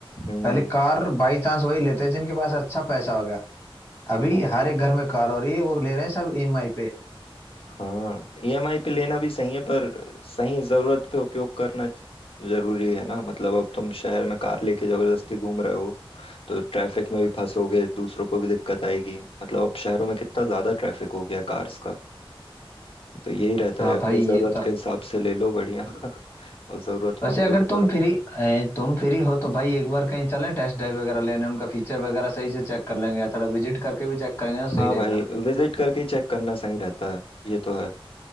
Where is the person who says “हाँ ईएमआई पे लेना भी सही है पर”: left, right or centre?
Left